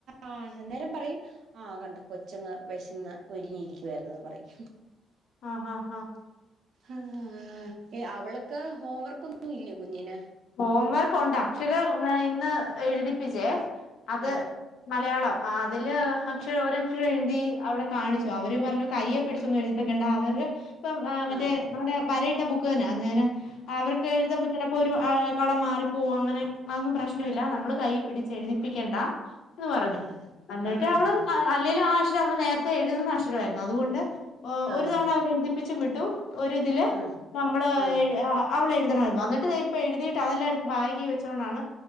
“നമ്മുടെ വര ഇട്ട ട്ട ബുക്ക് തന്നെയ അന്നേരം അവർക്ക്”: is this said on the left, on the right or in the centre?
Left